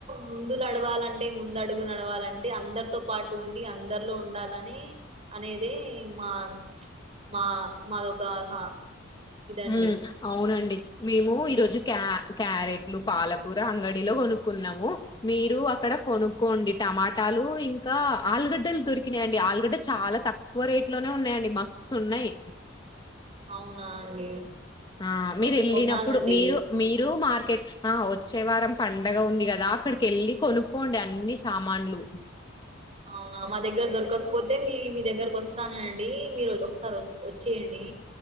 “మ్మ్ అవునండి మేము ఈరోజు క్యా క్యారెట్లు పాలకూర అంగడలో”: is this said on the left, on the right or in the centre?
Left